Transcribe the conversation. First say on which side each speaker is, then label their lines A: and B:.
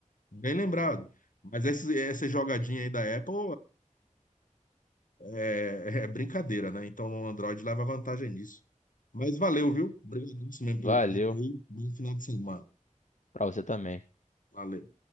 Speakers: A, on the left (about 80°); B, on the left (about 65°).
A: Bem lembrado. Mas esse, essa jogadinha aí da Apple é, é brincadeira, né? Então o Android leva vantagem nisso. Mas valeu, viu? Obrigado mesmo
B: Valeu,
A: pelo papo aí. Bom final de semana.
B: pra você também.
A: Valeu.